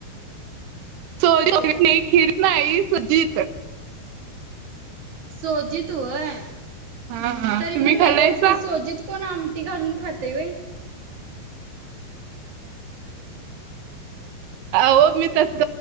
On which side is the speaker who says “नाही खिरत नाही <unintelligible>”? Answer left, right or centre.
Right